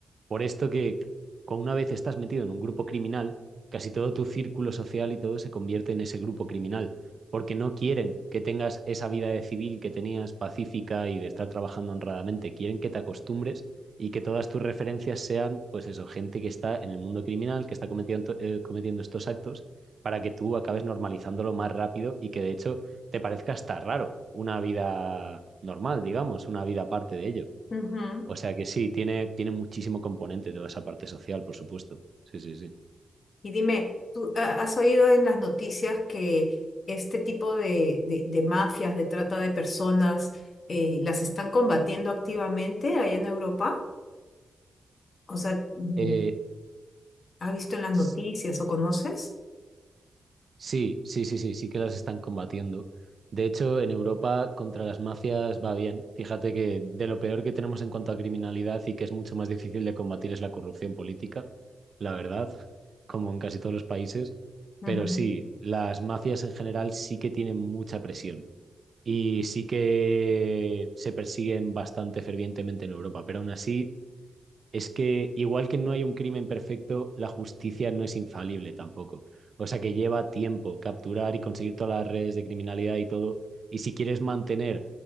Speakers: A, on the right (about 60°); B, on the left (about 60°).
A: Por esto que con una vez estás metido en un grupo criminal, casi todo tu círculo social y todo se convierte en ese grupo criminal, porque no quieren que tengas esa vida de civil que tenías pacífica y de estar trabajando honradamente, quieren que te acostumbres y que todas tus referencias sean, pues eso, gente que está en el mundo criminal, que está cometiendo, eh, cometiendo estos actos, para que tú acabes normalizándolo más rápido y que de hecho te parezca hasta raro una vida normal, digamos, una vida aparte de ello.
B: ujú.
A: O sea que sí, tiene, tiene muchísimo componente toda esa parte social, por supuesto. Sí, sí, sí.
B: Y dime, ¿tú ha- has oído en las noticias que este tipo de, de- de mafias, de trata de personas, eh, las están combatiendo activamente allá en Europa? O sea, mm,
A: Eh,
B: ¿has visto en las noticias
A: s-
B: o conoces?
A: sí, sí, sí, sí, sí que las están combatiendo. De hecho, en Europa contra las mafias va bien. Fíjate que de lo peor que tenemos en cuanto a criminalidad y que es mucho más difícil de combatir es la corrupción política, la verdad, como en casi todos los países.
B: Ujú.
A: Pero sí, las mafias en general sí que tienen mucha presión y sí que se persiguen bastante fervientemente en Europa, pero aún así es que igual que no hay un crimen perfecto, la justicia no es infalible tampoco. O sea que lleva tiempo capturar y conseguir todas las redes de criminalidad y todo. Y si quieres mantener